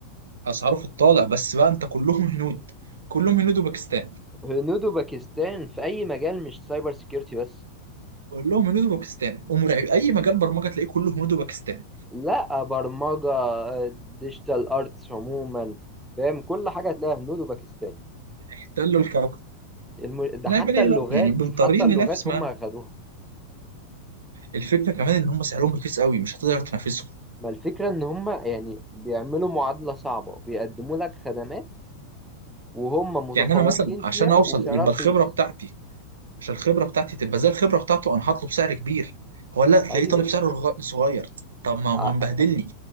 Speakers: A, on the right; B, in the centre.
A: اسعاره في الطالع بس بقى انت كلهم هنود كلهم هنود وباكستان
B: هنود وباكستان في اي مجال مش سايبر سيكيورتي بس
A: كلهم هنود وباكستان ومرعب اي مجال برمجه تلاقيه كله هنود وباكستان
B: لا برمجه ديجيتال ارتس عموما فاهم كل حاجه هتلاقيها هنود وباكستان
A: احتلوا الكوكب
B: الم... ده
A: نعمل
B: حتى
A: ايه
B: اللغات
A: بقى يعني بنضطرين
B: حتى اللغات
A: ننافس
B: هم
A: معاهم
B: اخدوها
A: الفكره كمان ان هم سعرهم رخيص قوي مش هتقدر تنافسهم
B: ما الفكره ان هم يعني بيعملوا معادله صعبه بيقدموا لك خدمات وهم متفوقين
A: يعني انا مثلا
B: فيها
A: عشان اوصل
B: وسعرها
A: يبقى
B: رخيص
A: الخبره بتاعتي عشان الخبره بتاعتي تبقى زي الخبره بتاعته انا هطلب سعر كبير هو لا تلاقيه
B: ايوه
A: طالب سعر رغ- صغير طب ما هو
B: ع-
A: مبهدلني